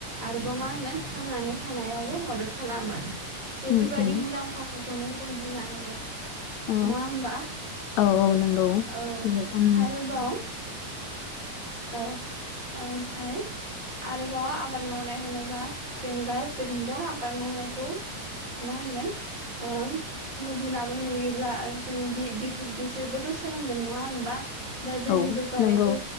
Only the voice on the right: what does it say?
आरोबाव मा होनगोन थांनानै थानायावबो मदद खालामो। बेफोरबायदि
मुलाम्फाफोरखौ खौनो जों बुंनो हायो।
नङा होमबा?
औ
आरोबाव औ ओमफ्राय आरोबाव आबाद मावनाय होनोबा जेनेबा जों दा आबाद मावनायखौ मा होनगोन ओ गुबुनाबो नुयोब्ला जों बे बि बिसोरबोथ' सोलोंगोन नङा होनबा? दा जोंनि
जौगानायखौ